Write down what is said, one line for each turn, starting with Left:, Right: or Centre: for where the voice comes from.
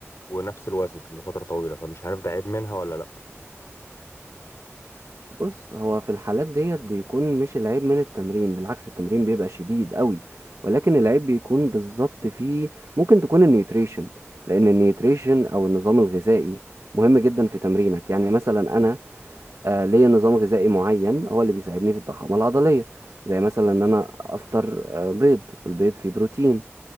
Left: ونفس الوزن لفترة طويلة فمش عارف ده عيب منها ولا لأ
Right: بص هو في الحالات ديت بيكون مش العيب من التمرين بالعكس التمرين بيبقى شديد قوي ولكن العيب بيكون بالظبط في ممكن تكون النيوتريشن لان النيوتريشن او النظام الغذائي مهم جدا في تمرينك يعني مثلا انا آه، ليا نظام غذائي معين هو اللي بيساعدني في الضخامة العضلية زي مثلا ان انا افطر آه، بيض البيض فيه بروتين